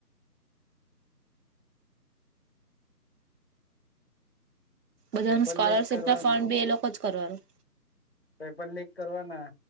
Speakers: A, on the right; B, on the left.
A: બધાનું
B: પેપર
A: સ્કોલરશીપ
B: લીક કરવાના
A: ના ફોર્મ બી એ લોકો જ કરવાનું.
B: પેપર લીક કરવાના.